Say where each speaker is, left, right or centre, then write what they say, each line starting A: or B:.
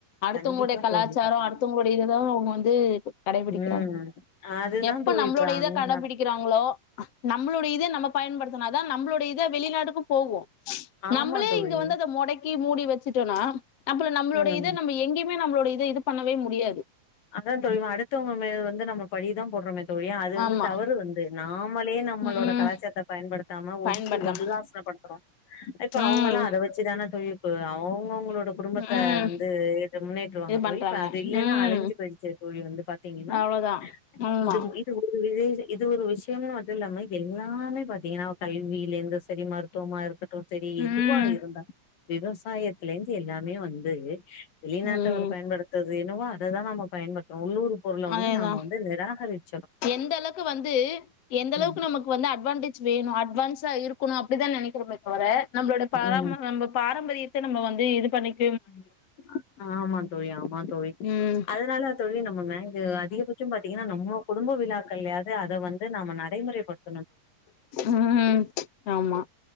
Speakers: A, on the left; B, on the left.
A: அடுத்தவங்களுடைய
B: கண்டிப்பா
A: கலாச்சாரோ
B: தோழி பாத்தீங்க
A: அடுத்தவங்களுடைய இதுதா அவங்க வந் ந்து கடைபிடிக்கிறாங்க
B: ம் அதுதா
A: எப்ப
B: தோழி
A: நம்மளோட
B: இப்ப
A: இத
B: அங்க
A: கடபிடிக்கிறாங்களோ நம்மளுடைய இதே நம்ம பயன்படுத்துனாதா நம்பளோடு ஓட இத வெளிநாடு க்கும் போவோ
B: ஆமா
A: நம்மளே
B: தோழி
A: இங்க வந்து அத மொடக்கி மூடி வெச்சுட்டோன்னா அப்பறோ நம்மளோட
B: ம்
A: இத நம்ம எங்கயும் மே நம்மளோட இத இது பண்ணவே முடியாது
B: அதா தோழி அடுத்தவங்க மேல வந்து நமக் பழிய தா போடுறோமே தோழி அது வந்து
A: ஆமா
B: தவறு வந்து நாமலே நம் நம்மோட
A: ம்
B: கலாச்சாரத்த பயன்படுத்தாம
A: பயன்படுத்தாம
B: ஒதுக்கி ஒதுதாசனப்படுத்துறோ இப்ப
A: ம்
B: அவங்காம் அத வச்சுதான தோழி இப்போ அவங் அவங்க அவங்களோ இந்த குடும்பத்த
A: ம்
B: வந்து எ முன்னேடுவாங்க
A: இது
B: தோழி
A: பண்றாங்க
B: இப்ப அது இல்லைன்னா
A: ம்
B: அழிஞ்சி ஓகே தோழி வந்து பாத்தீங்கா
A: அவ்ளோதா ஆமா
B: இது இது ஒரு <unintelligible> இது ஒரு விஷயம மட்டு இல்லாம இப்ப எல்லாமே பாார்த்தீங்கன்னா கல்வியில எந்த சேரி மருத்துவமா இருக்கட் டு சேரி எதுவா
A: ம்
B: இருந்தா விவசாயத்துல இருந்து எல்லாமே வந்து வெளிநாட்ட
A: ம்
B: அவர் பயன்படுத்துரது என்னவோ அததுதா நம்ம பயன்படுத்துரோ உள்ளூர் பொருள வந்து
A: அதேதா
B: நாம வந்து நிராகரித்
A: எந்த அளவுக்கு வந்து எந்த அளவுக்கு
B: ம்
A: நமக்கு வந்து அட்வான்டேஜ் வேணு அட்வான்ஸா இருக் கணு அப்டிதா நெனைக்கிற பட் போற நம்மளோட பார
B: ம்
A: <unintelligible> நம்ம பாரம்பரியத் சேரி நம்ம வந்து இது பண்ணிக்
B: ம் ஆமா தோழி ஆமா தோழி
A: ம்
B: அதனால தோழி நம்ம <unintelligible> அதிகபட்ச பாத்தீங்கன்னா நம்ம குடும்ப விழாக்கள் யாவது அத வந்து நாம நடைமுறைப்படுத்
A: ம் ஆமா